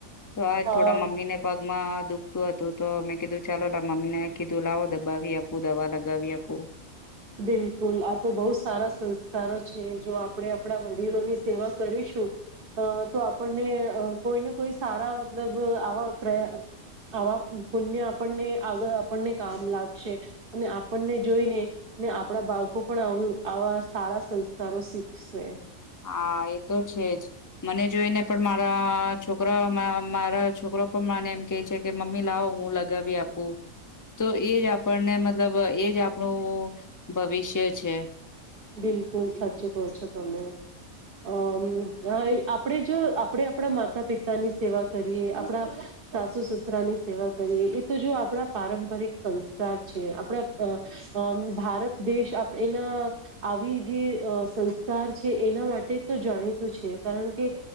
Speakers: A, on the left; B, on the right.
A: તો આ
B: હા
A: થોડા મમીને પ ગમાં દુખતું હતું. તો મેં કીધું ચાલો મમ્મી ને કીધું લાવો દબાવી આપું દવા લગાવી આપું.
B: બિલકુલ આ તો બહુ સારા સંસ્કારો છે જો આપણે આપણા વડીલોની સેવા કરીશું અ તો આપણને કોઈને કોઈ સારા મતલબ આવા પ્રયા આવા પુણ્ય આપણને આગળ આપણને કામ લાગશે અને આપણને જોઈને ને આપણા બાળકો પણ આવા સારા સંસ્કારો શીખશે.
A: હા એ તો છેજ મને જોઈને પણ મારા છોકરા મારા છોકરો પણ મને એમ કે છે કે મમ્મી લાવો હું લગાવી આપું. તો એજ આપણને મતલબ એજ આપણું ભવિષ્ય છે.
B: બિલકુલ સાચી કહો છો તમે અમ હા આપડે જો આપડે આપણા માતા પિતાની સેવા કરીએ આપણા સાસુ સસરાની સેવા કરીએ એ તો જો આપણા પારંપરિક સંસ્કાર છે. આપણા ભારત દેશ આપ એના આવી જે સંસ્કાર છે એના માટે તો જાણીતું છે કારણ કે